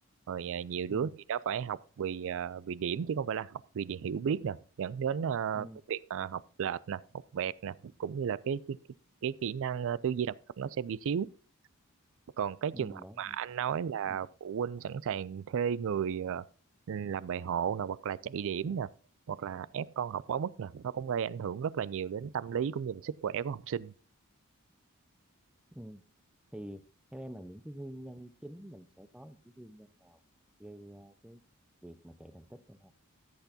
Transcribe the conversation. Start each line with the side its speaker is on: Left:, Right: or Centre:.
Right: rồi ờ, nhiều
Centre: ừ
Right: đứa thì nó phải học vì ờ, vì điểm chứ không phải là học vì điều hiểu biết nè dẫn đến ờ,
Centre: ừ
Right: cái việc ờ, học lệch nè học vẹt nè cũng như là cái cái cái, cái kỹ năng ờ, tư duy độc lập nó sẽ bị xíu còn cái
Centre: ừ,
Right: trường hợp
Centre: đó
Right: mà
Centre: là
Right: anh nói
Centre: ừ,
Right: là
Centre: ừ.
Right: phụ huynh sẵn sàng thuê người ờ, làm bài hộ nè hoặc là chạy điểm nè hoặc là ép con học quá mức nè nó cũng gây ảnh hưởng rất là nhiều đến tâm lý cũng như là sức khỏe của học sinh
Centre: ừ. thì theo em là những cái nguyên nhân chính mình sẽ có những cái nguyên nhân nào gây ra cái việc mà chạy thành tích hay không